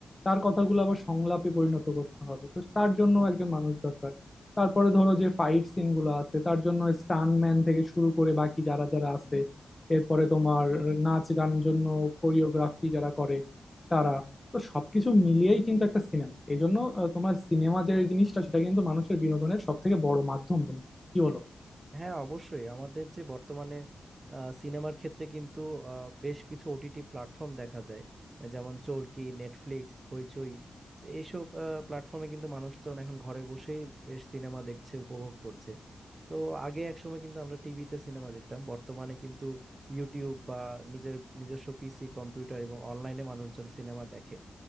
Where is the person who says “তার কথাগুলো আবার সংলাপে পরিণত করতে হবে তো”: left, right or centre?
Left